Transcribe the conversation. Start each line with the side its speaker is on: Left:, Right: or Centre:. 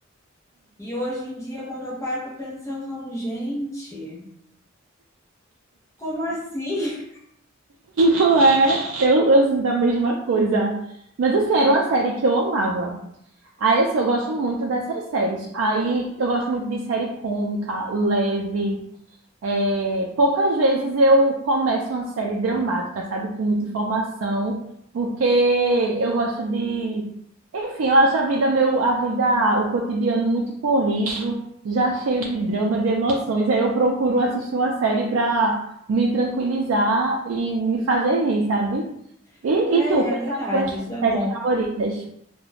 Left: E hoje em dia, quando eu paro para pensar, eu falo, gente, como assim?
Right: Não é, eu, assim da mesma coisa. Mas assim, era uma série que eu amava. Aí, assim, eu gosto muito dessas séries. Aí, eu gosto muito de série cômica, leve. É, poucas vezes eu começo uma série dramática, sabe, com muita informação, porque eu gosto de, enfim, eu acho a vida meu, a vida, o cotidiano muito corrido, já cheio de drama, de emoções. Aí eu procuro assistir uma série para me tranquilizar e me fazer rir, sabe?
Left: <laughs>
Right: E,
Left: Ai,
Right: e tu,
Left: é
Right: quais
Left: verdade,
Right: são as tuas
Left: isso é
Right: séries
Left: bom.
Right: favoritas?